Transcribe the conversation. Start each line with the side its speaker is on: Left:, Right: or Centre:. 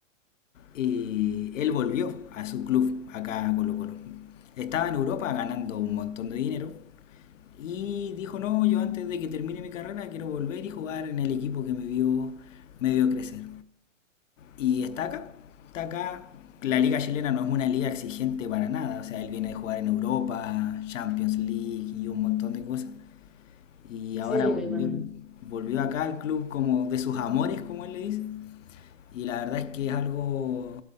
Left: y él volvió a su club acá a Colo Colo. Estaba en Europa ganando un montón de dinero y dijo, no, yo antes de que termine mi carrera quiero volver y jugar en el equipo que me vio, me vio crecer. Y está acá, está acá. La liga chilena no es una liga exigente para nada, o sea, él viene de jugar en Europa, Champions League y un montón de cosas. Y ahora
Centre: Sí,
Left: volvió,
Centre: me imagino.
Left: volvió acá al club como de sus amores, como él le dice y la verdad es que es algo